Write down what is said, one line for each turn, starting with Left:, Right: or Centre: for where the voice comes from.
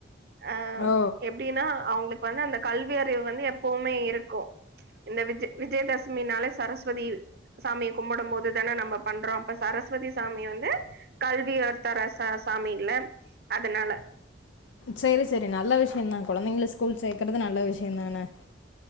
Right: அ
Left: ஓ
Right: எப்டின்னா அவங்களுக்கு வந்து அந்த கல்வி அறிவு வந்து எப்போமே இருக்கு இந்த விஜய் விஜயதசமி நால சரஸ் வதி சாமிக்கும்புடும் போது தான நம்ம பண்றோ அப்ப சரஸ்வதி சாமி வந்து கல்வி தர சா சாமில அதனால
Left: சேரி சேரி நல்ல விஷயந்தா கொழந்தைங்கல ஸ்கூல் சேக்றது நல்ல விஷயந்தான